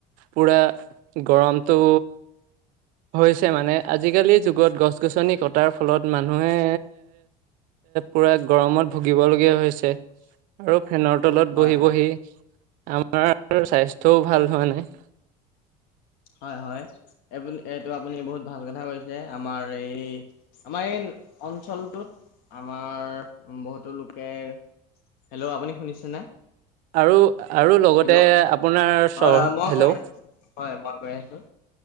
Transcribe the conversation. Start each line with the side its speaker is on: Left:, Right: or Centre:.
Right: পূৰা গৰমটো হৈছে মানে, আজিকালিৰ যুগত গছ-গছনি কটাৰ ফলত মানুহে পূৰা গৰমত ভুগিবলগীয়া হৈছে। আৰু ফেনৰ তলত
Left: হয়
Right: বহি বহি আমাৰ স্বাস্থ্যও ভাল হোৱা নাই।
Left: হয়, হয়, এই এইটো আপুনি বহুত ভাল কথা কৈছে। আমাৰ এই আমাৰ এই অঞ্চলটোত, আমাৰ বহুতো লোকে হেল্ল', আপুনি শুনিছেনে?
Right: আৰু, আৰু লগতে
Left: হেল্ল'
Right: আপোনাৰ চ
Left: হয় হয় মই
Right: হেল্ল',
Left: কৈ আছো হয়, মই গৈ আছো,